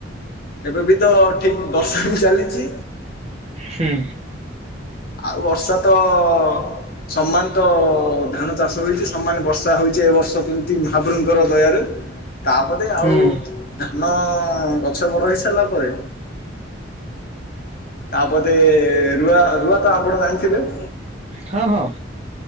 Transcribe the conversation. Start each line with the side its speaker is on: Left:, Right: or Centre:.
Left: ଏବେ ବି ତ ଠିକ୍ ବର୍ଷା ହି ଚାଲିଛି।
Right: ହୁଁ।
Left: ଆଉ ବର୍ଷା ତ-ଅ-ଅ-ଅ ସମାନ। ତ-ଅ-ଅ-ଅ ଧାନ ଚାଷ ହୋଇଛି ସମାନ ବର୍ଷା ହଉଛି ଏ ବର୍ଷ କେମିତି ମହାପ୍ରଭୁଙ୍କର ଦୟାରୁ। ତାପରେ ଆଉ
Right: ହୁଁ
Left: ଧାନ-ଅ-ଅ-ଅ ଗଛ ବଡ ହେଇ ସାରିଲା ପରେ ତାପରେ ରୁଆ ରୁଆ ତ ଆପଣ ଜାଣିଥିବେ?
Right: ହଁ ହଁ।